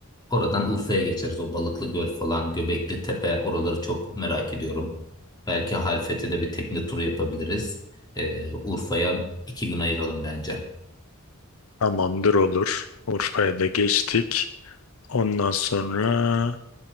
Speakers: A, on the left; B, on the left.
A: Oradan Urfa'ya geçeriz. O Balıklı Göl falan, Göbekli Tepe oraları çok merak ediyorum. Belki Halfeti'de bir tekne turu yapabiliriz. E, Urfa'ya iki gün ayıralım bence.
B: Tamamdır olur. Urfa'ya da geçtik. Ondan sonra